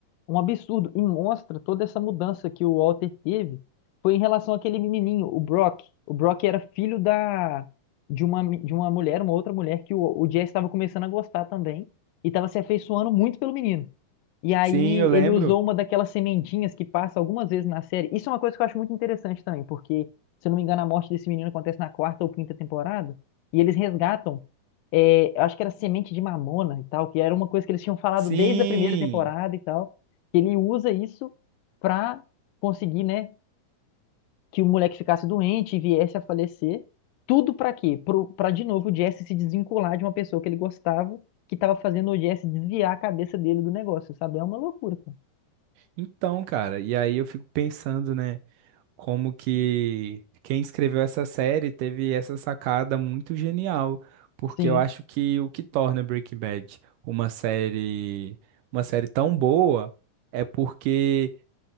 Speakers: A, on the left; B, on the right.
A: um absurdo, e mostra toda essa mudança que o Walter teve, foi em relação àquele menininho, o Brock. O Brock era filho da de uma, mi- de uma mulher, uma outra mulher, que o, o Jesse estava começando a gostar também, e estava se afeiçoando muito pelo menino. E aí
B: Sim, eu lembro.
A: ele usou uma daquelas sementinhas que passa algumas vezes na série. Isso é uma coisa que eu acho muito interessante também, porque, se eu não me engano, a morte desse menino acontece na quarta ou quinta temporada, e eles resgatam é, eu acho que era semente de mamona e tal, que era uma coisa que eles tinham falado
B: Sim.
A: desde a primeira temporada e tal, que ele usa isso pra conseguir, né, que o moleque ficasse doente e viesse a falecer. Tudo pra quê? Pro, pra de novo o Jesse se desvincular de uma pessoa que ele gostava, que tava fazendo o Jesse desviar a cabeça dele do negócio, sabe? É uma loucura, cara.
B: Então, cara, e aí eu fico pensando, né, como que quem escreveu essa série teve essa sacada muito genial, porque
A: Sim,
B: eu acho que o que torna Breaking Bad uma série, uma série tão boa é porque